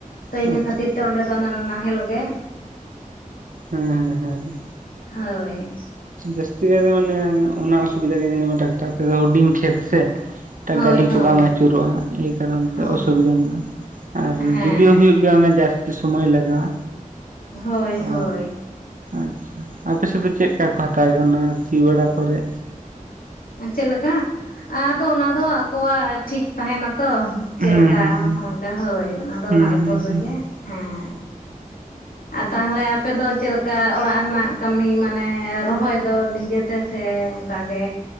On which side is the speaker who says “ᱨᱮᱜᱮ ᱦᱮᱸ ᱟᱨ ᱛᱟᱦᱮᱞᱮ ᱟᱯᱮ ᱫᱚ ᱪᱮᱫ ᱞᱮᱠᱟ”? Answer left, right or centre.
Left